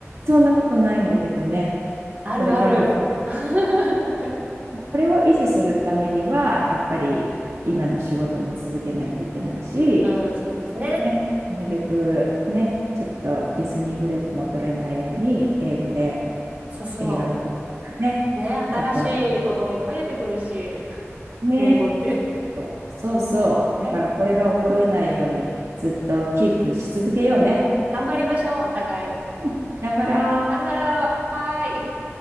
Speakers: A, on the right; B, on the right.
A: そんなことないんだけどね、
B: あるある。
A: これから
B: <laughs>
A: これを維持するためには、やっぱり今の仕事も続けないといけないし、
B: うん、そうですね。
A: ね、なるべくね、ちょっとリスニング力も衰えないように、英語で
B: そうそ
A: 映画見たりとかね、
B: う。ね、新しいこともいっぱい出てくるし、
A: ちょっとお互いね、
B: 言語って。
A: そうそうそう、
B: ね。
A: だからこれが衰えないようにずっとキープし続けようね。
B: 頑張りましょう、お互い。
A: うん頑張ろう。
B: 頑張ろう。はーい。